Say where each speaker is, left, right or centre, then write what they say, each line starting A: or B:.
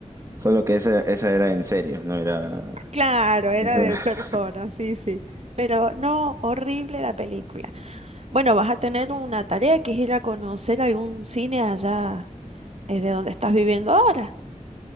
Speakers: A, on the right; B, on the right.
A: Solo que esa, esa era en serio, no era...
B: Claro, era
A: <laughs>
B: de persona, sí, sí. Pero no, horrible la película. Bueno, vas a tener una tarea que es ir a conocer algún cine allá, es de donde estás viviendo ahora.